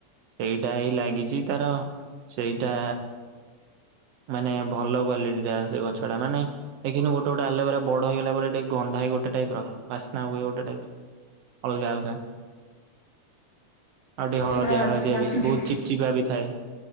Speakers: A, on the right; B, on the left.
A: ଏଇଟା ହିଁ ଲାଗିଛି ତାର ସେଇଟା ମାନେ ଭଲ କ୍ଵାଲିଟି ଟା ସେ ଗ ଛଡା ମାନେ ଦେଖିନୁ ଗୋଟେ ଗୋଟେ ଆଲୋଭେରା ବଡ ହେଇଗଲା ପରେ ଟିକେ ଗନ୍ଧା ଗୋଟେ ଟାଇପ ର ବାସ୍ନା ହୁଏ ଗୋଟେ ଟାଇପ। ଅଲଗା ଅଲଗା। ଆଉ ଟିକେ ହଳଦିଆ
B: ସେଗୁରା ବାସ
A: ହଳଦିଆ
B: ବାସୁଛି।
A: ବି ବହୁତ ଚିପ ଚିପା ବି ଥାଏ।